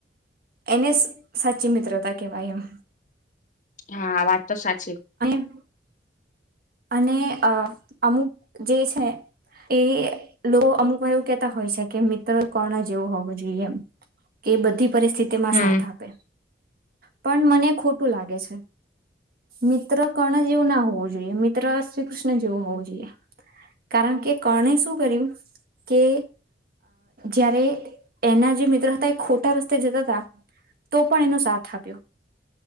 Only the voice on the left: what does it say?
હા વાત તો સાચી
હમ